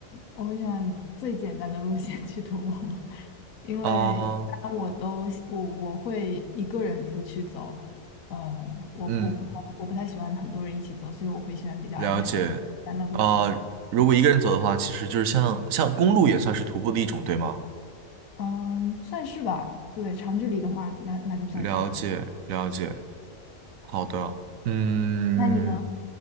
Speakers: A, on the left; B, on the right.
A: 我会选最简单的路线去徒步，<laughs> 因为一般我都我我会一个人出去走，
B: 啊，
A: 呃，我我不太我不太喜欢很多人一起走，
B: 嗯。
A: 所以我会喜欢比较安全、
B: 了解。
A: 单的路去走。
B: 啊、如果一个人走的话，
A: 嗯
B: 其实就是像像公路也算是徒步的一种，对吗？
A: 嗯，算是吧。对，长距离的话，那那就算是了。
B: 了解，了解。好的，嗯，
A: 那你呢？